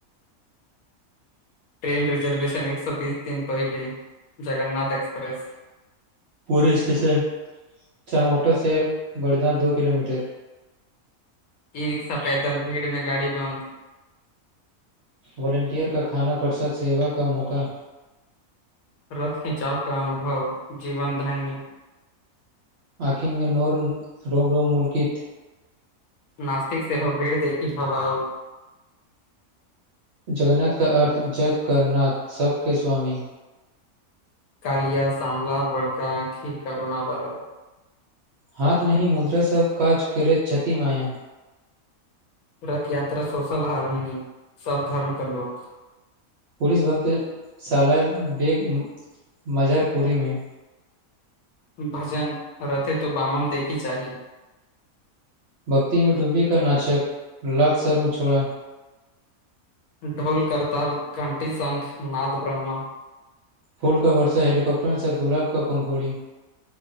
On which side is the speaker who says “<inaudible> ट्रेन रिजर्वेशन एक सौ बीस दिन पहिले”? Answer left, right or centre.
Left